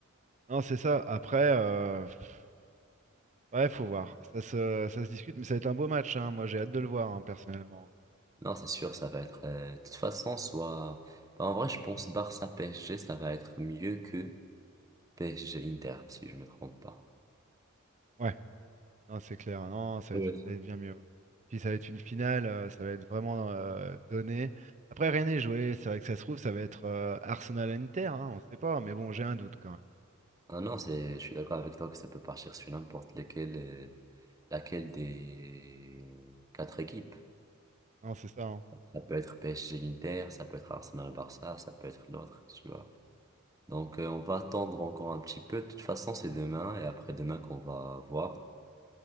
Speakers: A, on the right (about 35°); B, on the right (about 15°).
A: Non, c'est ça. Après, euh, pff, ouais, faut voir. Ça se, ça se discute, mais ça va être un beau match. hein. Moi, j'ai hâte de le voir, hein, personnellement.
B: Non, c'est sûr, ça va être. euh, de toute façon, soit. bah, en vrai, je pense Barça PSG, ça va être mieux que PSG Inter, si je me trompe pas.
A: Ouais, non, c'est clair. Non, ça
B: Ouais.
A: va être, ça va être bien mieux. ouais. Puis ça va être une finale, euh, ça va être vraiment euh, donné. Après, rien n'est joué. C'est vrai que ça se trouve, ça va être euh, Arsenal-Inter, hein, on sait pas, mais bon, j'ai un doute quand même.
B: Ah non, c'est, je suis d'accord avec toi que ça peut partir sur n'importe lequel, euh, laquelle des quatre équipes.
A: Non, c'est ça. hein.
B: Ça peut être PSG Inter, ça peut être Arsenal Barça, ça peut être l'autre, tu vois. Donc, euh, on va attendre encore un petit peu. De toute façon, c'est demain et après-demain qu'on va voir.